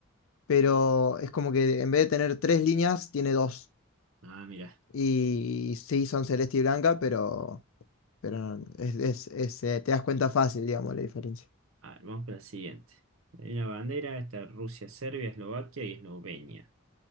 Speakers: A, on the left; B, on the right.
A: pero es como que en vez de tener tres líneas, tiene dos.
B: Ah, mira.
A: Y sí, son celeste y blanca, pero Pero no, es, es- es, eh, te das cuenta fácil, digamos, la diferencia.
B: A ver, vamos para la siguiente. Hay una bandera, está Rusia, Serbia, Eslovaquia y Eslovenia.